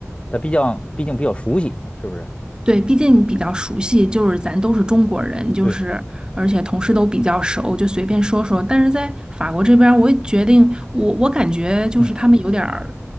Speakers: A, on the left; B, on the right.
A: 他毕竟毕竟比较熟悉，是不是？
B: 对，毕竟比较熟悉，就是咱都是中国人，就是而且同事都比较熟，
A: 对，
B: 就随便说说。但是在法国这边儿我也决定，我我感觉就是他们有点儿，
A: 嗯